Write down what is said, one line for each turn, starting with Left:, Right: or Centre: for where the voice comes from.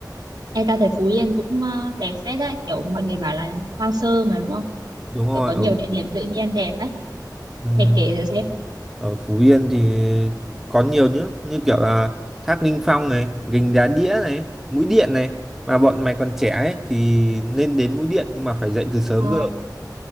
Right: Ê, tao thấy Phú Yên cũng ờ, đẹp phết đấy kiểu mọi người bảo là hoang sơ mà đúng không
Centre: đúng rồi
Right: kiểu có nhiều
Centre: ở
Right: địa điểm tự nhiên đẹp á
Centre: ừm,
Right: Mày kể thử xem.
Centre: ở Phú Yên thì có nhiều nữa như kiểu là Thác Ninh Phong này Gành Đá Đĩa này Mũi Điện này mà bọn mày còn trẻ ấy thì nên đến Mũi Điện nhưng mà phải dậy từ sớm
Right: Ờ,
Centre: cơ